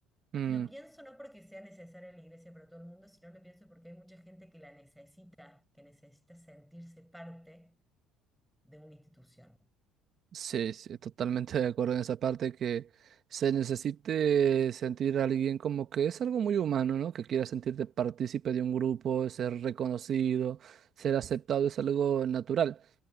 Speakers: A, on the right; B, in the centre.
A: mm.
B: Y lo pienso no porque sea necesaria la iglesia para todo el mundo, sino lo pienso porque hay mucha gente que la necesita, que necesita sentirse parte de una institución,
A: Sí, sí, totalmente de acuerdo en esa parte que se necesite sentir a alguien como que es algo muy humano, ¿no? Que quiera sentirte partícipe de un grupo, ser reconocido, ser aceptado es algo natural.